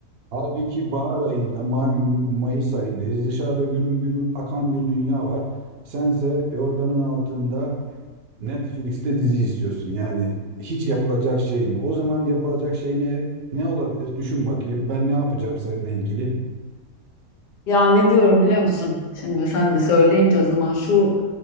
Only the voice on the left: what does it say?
Ya ne diyorum biliyor musun? Şimdi sen de söyleyince o zaman şu